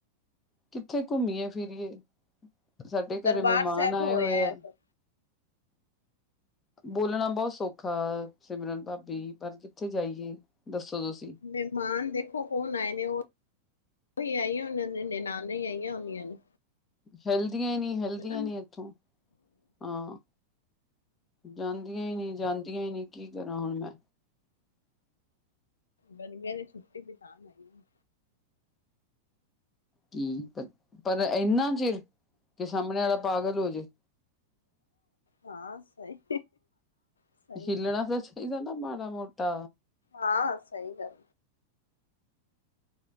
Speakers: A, on the left; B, on the left.
A: ਕਿੱਥੇ ਘੁੰਮੀਏ ਫਿਰੀਏ ਸਾਡੇ ਘਰੇ
B: ਦਰਬਾਰ
A: ਮਹਿਮਾਨ
B: ਸਾਹਿਬ
A: ਆਏ
B: ਹੋਇਆ
A: ਹੋਏ
B: ਆਇਆ
A: ਆ
B: ਕਰੋ
A: ਬੋਲਣਾ ਬਹੁਤ ਸੌਖਾ ਸਿਮਰਨ ਬਾਬ ਬ ਪਰ ਕਿੱਥੇ ਜਾਈਏ ਦੱਸੋ ਤੁਸੀਂ
B: ਮਹਿਮਾਨ ਦੇਖੋ ਕੌਣ ਆਏ ਨੇ ਉਹੀ ਆਈ ਆ ਉਹਨ ਨ ਆਈਆਂ ਹੁੰਦੀਆਂ ਨੇ
A: ਹੈਲਥ ਦੀਆਂ ਹੀ ਨੀ ਹਲਦੀਆਂ
B: ਹਨਾ
A: ਨੀ ਇੱਥੋਂ ਹਾਂ ਜਾਂਦੀਆਂ ਹੀ ਨੀ ਜਾਂਦੀਆਂ ਹੀ ਨਹੀਂੀ ਕੀ ਕਰਾਂ ਹੁਣ ਮੈਂ
B: ਗਰਮੀਆਂ ਦੀ ਛੁੱਟੀ ਬਿਤਾਂ ਆਈ ਆ
A: ਕੀ ਪਰ ਪਰ ਇੰਨਾ ਚਿਰ ਕਿ ਸਾਹਮਣੇ ਵਾਲਾ ਪਾਗਲ ਹੋ ਜੇ
B: ਹਾਂ ਸਹੀ ਸਹੀ
A: ਹਿੱਲਣਾ
B: ਹੈ
A: ਤਾਂ ਚਾਹੀਦਾ ਨਾ ਮਾੜਾ ਮਾੜਾ ਮੋਟਾ
B: ਹਾਂ ਸਹੀ ਗੱਲ